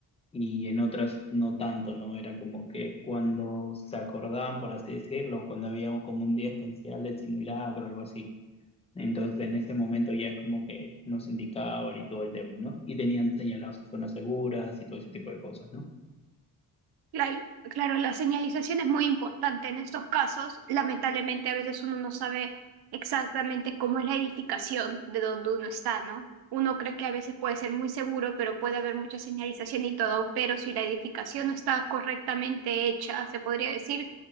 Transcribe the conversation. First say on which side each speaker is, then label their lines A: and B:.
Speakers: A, on the left; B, on the right.
A: y en otras no tanto, ¿no? Era como que cuando se acordaban, por así decirlo, cuando había como un día especial del simulacro o algo así. Entonces, en ese momento ya es como que nos indicaban y todo el tema, ¿no? Y tenían señaladas zonas seguras y todo ese tipo de cosas, ¿no?
B: Claro, claro, la señalización es muy importante en estos casos. Lamentablemente, a veces uno no sabe exactamente cómo es la edificación de donde uno está, ¿no? Uno cree que a veces puede ser muy seguro, pero puede haber mucha señalización y todo, pero si la edificación no está correctamente hecha, se podría decir,